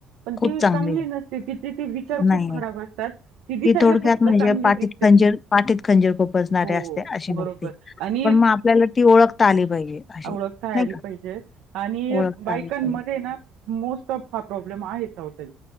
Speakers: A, on the right; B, on the left.
A: पण
B: खूप
A: ती चांगली
B: आहे.
A: नसते, तिचे ते विचार
B: नाही
A: खूप
B: नाही
A: खराब असतात, ती दिसायला
B: थोडक्यात
A: फक्त
B: म्हणजे
A: चांगली
B: पाठीत
A: दिसते.
B: खंजीर, पाठीत खंजीर खुपसणारे
A: हो
B: असते, अशी व्यक्ती.
A: बरोबर आणि
B: पण मग आपल्याला ती ओळखता आली पाहिजे, अशी.
A: ओळखता
B: नाही
A: आली
B: का
A: पाहिजे आणि
B: ओळखता
A: बायकांमध्ये
B: आली पाहिजे
A: ना, मोस्ट ऑफ हा प्रॉब्लेम आहेच अहो ताई.